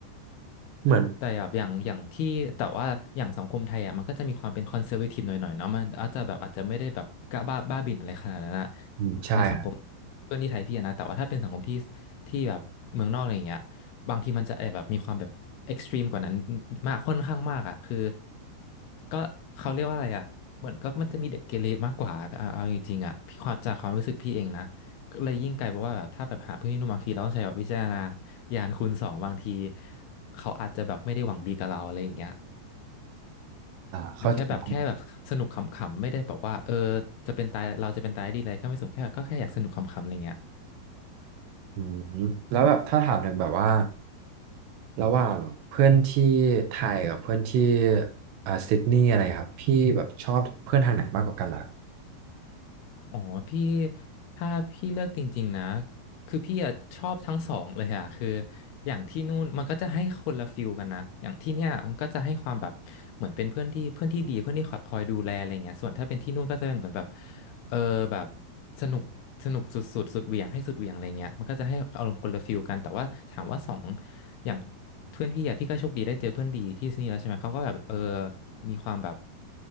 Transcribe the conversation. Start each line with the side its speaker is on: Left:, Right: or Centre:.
Right: เหมือน
Left: แต่แบบอย่างอย่างที่แต่ว่าอย่างสังคมไทยอ่ะมันก็จะมีความเป็นคอนเซอร์วทีฟหน่อยๆเนาะมันอาจจะแบบอาจจะไม่ได้แบบกล้าบ้าบ้าบิ่นอะไรขนาดนั้นอะ
Right: อืมใช่ครับ
Left: ในสังคมเพื่อนที่ไทยพี่อะนะแต่ว่าถ้าเป็นสังคมที่ที่แบบเมืองนอกอะไรอย่างเงี้ยบางทีมันจะแอบแบบมีความแบบเอ็กซ์ตรีมกว่านั้นมากค่อนข้างมากอ่ะคือก็เขาเรียกว่าอะไรอ่ะเหมือนก็มันจะมีเด็กเกเรมากกว่าเอาเอาจริงๆอ่ะพี่ความจากความรู้สึกพี่เองนะ ก็เลยยิ่งไกลเพราะว่าแบบถ้าแบบหาเพื่อนที่ร่วมบางทีเราต้องใช้แบบวิจารณญาณคูณสองบางทีเขาอาจจะแบบไม่ได้หวังดีกับเราอะไรอย่างเงี้ย
Right: อ่าเข้าใจครับ
Left: หรือแค่แบบแค่แบบสนุกขำๆไม่ได้แบบว่าเออจะเป็นตายเราจะเป็นตายดีอะไรก็ไม่สนแค่แบบก็แค่อยากสนุกขำๆอะไรเงี้ย
Right: อืมแล้วแบบถ้าถามถึงแบบว่าระหว่างเพื่อนที่ไทยกับเพื่อนที่อ่าซิดนีย์อะไรครับพี่แบบชอบเพื่อนทางไหนมากกว่ากันล่ะ
Left: อ๋อพี่ถ้าพี่เลิกจริงๆนะ คือพี่อะชอบทั้งสองเลยอะคืออย่างที่นู่นมันก็จะให้คนละฟิลกันนะอย่างที่เนี่ยมันก็จะให้ความแบบเหมือนเป็นเพื่อนที่เพื่อนที่ดีเพื่อนที่คอยคอยดูแลอะไรเงี้ยส่วนถ้าเป็นที่นู่นก็จะเป็นเหมือนแบบเออแบบสนุกสนุกสุดสุดสุดเหวี่ยงให้สุดเหวี่ยงอะไรเงี้ยมันก็จะให้อารมณ์คนละฟิลกันแต่ว่าถามว่าสองอย่างเพื่อนพี่อะพี่ก็โชคดีได้เจอเพื่อนดีที่นี่แล้วใช่ไหมเขาก็แบบเออมีความแบบ